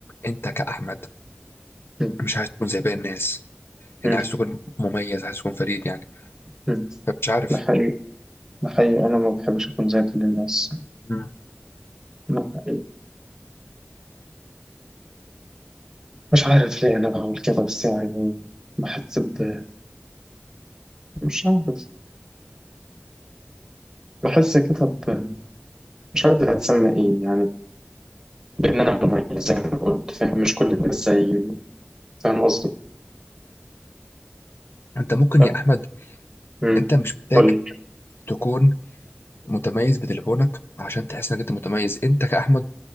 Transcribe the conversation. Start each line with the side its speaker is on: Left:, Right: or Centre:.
Left: انت كاحمد
Right: مم.
Left: مش عايز تكون زي باقي الناس يعني
Right: مم.
Left: عايز تكون مميز عايز تكون فريد يعني
Right: مم.
Left: فمش عارف
Right: ده حقيقي ده حقيقي انا ما بحبش اكون زي كل الناس
Left: مم.
Right: ده حقيقي. مش عارف ليه انا بعمل كده بس يعني بحس ب مش عارف بحس كده ب مش عارف دي هتسمى ايه يعني بان انا مميز زي ما قلت فاهم مش كل الناس زيي فاهم قصدي
Left: انت ممكن
Right: لا.
Left: يا احمد
Right: مم.
Left: انت مش محتاج
Right: قول لي
Left: تكون متميز بتليفونك عشان تحس انك انت متميز انت كاحمد